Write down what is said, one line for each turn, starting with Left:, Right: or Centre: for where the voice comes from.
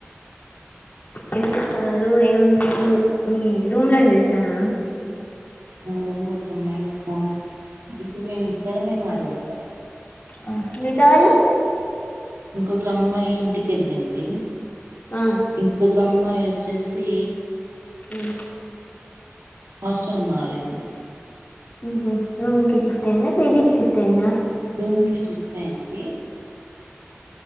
Left: ఏం జేసన్నారు ఏం మీ మీ రూమ్ లో ఏం జేసన్నారు
Right: మా రూమ్ లో ఒకమ్మాయి పోయింది ఇప్పుడు మేమిద్దరమే మా రూమ్ లో
Left: ఆ మీత ఆళ్ళు
Right: ఇంకొక అమ్మాయి ఇంటికి ఎళ్ళింది
Left: ఆ
Right: ఇంకొక్ కమ్మాయి వచ్చేసి
Left: ఉమ్
Right: హాస్టల్ మారింది
Left: ఊహు రూమ్ కి షిఫ్ట్ అయిందా పిజీకి షిఫ్ట్ అయింద
Right: రూమ్ కి షిఫ్ట్ అయింది